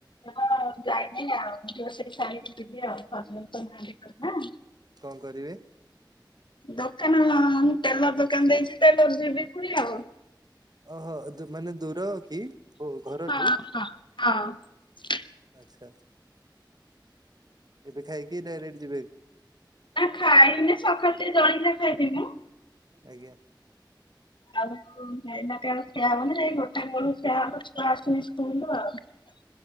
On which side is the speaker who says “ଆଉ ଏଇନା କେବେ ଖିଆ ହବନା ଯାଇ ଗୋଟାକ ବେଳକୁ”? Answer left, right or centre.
Left